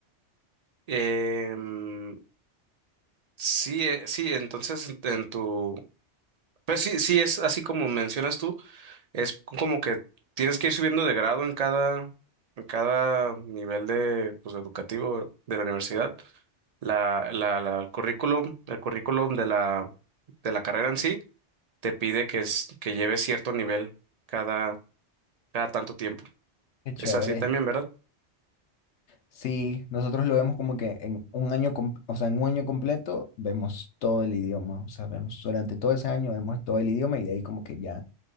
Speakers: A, on the right (about 50°); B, on the left (about 75°).
A: em, Sí, eh, sí, entonces en en tu, pues sí, sí es así como mencionas tú, es como que tienes que ir subiendo de grado en cada, en cada nivel de, pues, educativo de la universidad. La, la, la- el currículum, el currículum de la, de la carrera en sí te pide que es, que lleves cierto nivel cada, cada tanto tiempo.
B: qué chévere.
A: Es así también, ¿verdad?
B: Sí, nosotros lo vemos como que en un año, com- o sea, en un año completo vemos todo el idioma, o sea, vemos durante todo ese año vemos todo el idioma y de ahí como que ya